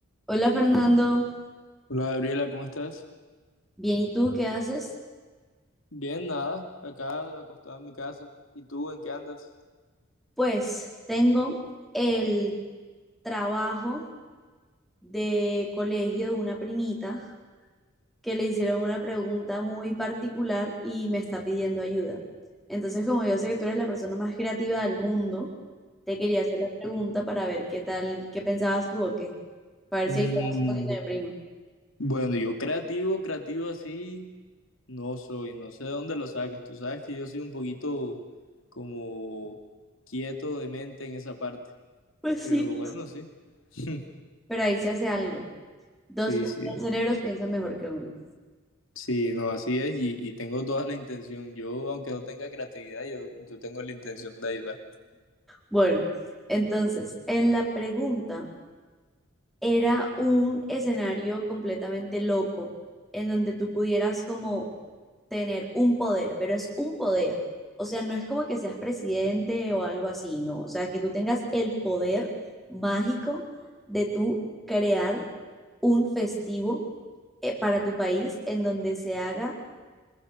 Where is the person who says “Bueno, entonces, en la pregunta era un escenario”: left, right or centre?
Centre